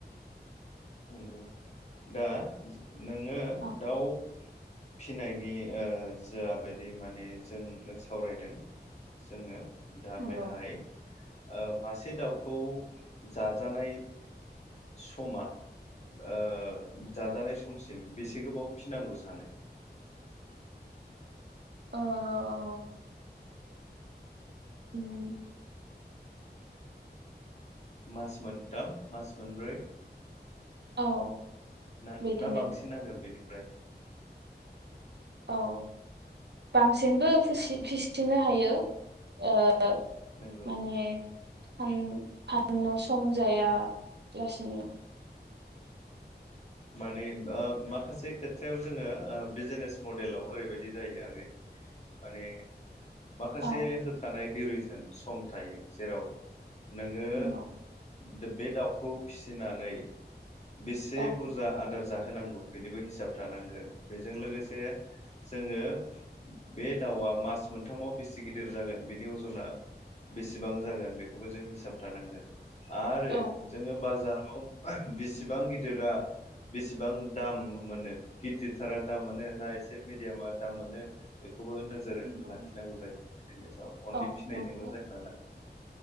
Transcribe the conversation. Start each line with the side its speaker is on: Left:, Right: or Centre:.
Left: नंगौ दा नोङो
Right: औ
Left: दाउ फिनायनि ओ जाबायदि माने जों सावरायदों जोङो दा
Right: नंगौ
Left: बेहाय ओ मासे दाउखौ जाजानाय समा ओ जाजानाय समसिम बेसे गोबाव फिनांगौ सानो?
Right: ओह उम
Left: मास मोनथाम मास मोनब्रै
Right: औ
Left: ना
Right: बिदिनो
Left: ना बांसिन नांगोन बेनो फ्राय
Right: औ बांसिनबो फिसि फिसिनो हायो ओ ओग
Left: नंगौ
Right: माने फान-फाननो सम जाया लासैनो
Left: माने बाब माखासे खेथ्रायाव जोंङो ओ बिजनेस मडेलाव ओरैबायदि जायो आगै माने माखासे
Right: औ
Left: होखानाय उरेसन सम थायो जेराव नोंङो
Right: नंगौ
Left: दा बे दाव खौ फिसिनानै बिसे
Right: औ
Left: आदार जाहोनांगौ बेनिबो हिसाब थानांगोन बेजों लोगोसे जोंङो बे दावआ मास मोनथामाव बेसे गिदिर जागोन बेनि अजना बेसेबां जागोन बेखौबो जों हिसाब थानांगोन। आरो
Right: औ
Left: जोंङो बाजाराव बिसिबां गिदिरा बेसेबां दाम मोनो गिदिरथारा दाम मोनो ना एसे मिडियामा दाम मोनो खौबो नोजोर
Right: नंगौ
Left: लाखिनांगौ जायो <unintelligible> अनलि
Right: औ
Left: फिनायजोंल'
Right: नंगौ
Left: जाया नालाय